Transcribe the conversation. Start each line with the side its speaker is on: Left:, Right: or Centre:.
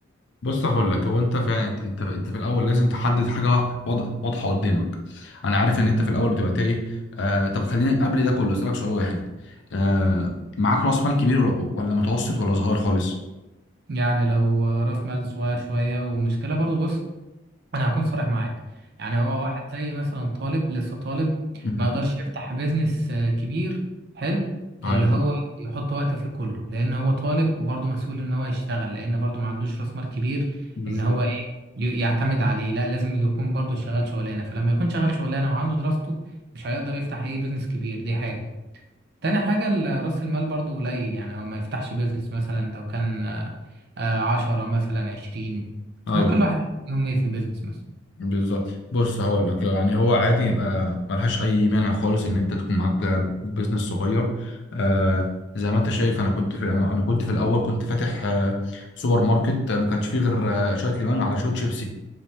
Left: بص هقول لك هو انت فعلا انت انت انت في الاول لازم تحدد حاجه واح- واضح- واضحه قدامك انا عارف ان انت في الاول بتبقى تايه آه طب خليني قبل ده كله اسالك سؤال واحد آه معاك راس مال كبير ولا ولا متوسط ولا صغير خالص
Right: يعني لو آه، رأس مال صغير شوية ومشكلة برضو بص انا هكون صريح معاك يعني هو واحد زي مثلا طالب لسه طالب
Left: امم
Right: ما يقدرش يفتح بيزنس آه، كبير حلو
Left: ايوه
Right: اللي هو يحط وقته فيه كله لان هو طالب وبرضه مسؤول ان هو يشتغل لان برضه ما عندوش راس مال كبير
Left: بالظبط
Right: ان هو ايه ي- يعتمد عليه لا لازم يكون برضه شغال شغلانه فلما يكون شغال شغلانه وعنده دراسته مش هيقدر يفتح اي بيزنس كبير دي حاجه تاني حاجه ال- راس المال برضه قليل يعني هو ما يفتحش بيزنس مثلا لو كان آه، آه، عشرة مثلا عشرين
Left: ايوه
Right: ممكن الواحد يوم ايه في البيزنس مثلا
Left: بالظبط بص هقول لك يعني هو عادي يبقى ملهاش اي مانع خالص ان انت تكون معاك بيزنس صغير آه زي ما انت شايف انا كنت في انا أنا كنت في الاول كنت فاتح آه سوبر ماركت آه، ما كانش فيه غير آه شويه لبان على شويه شيبسي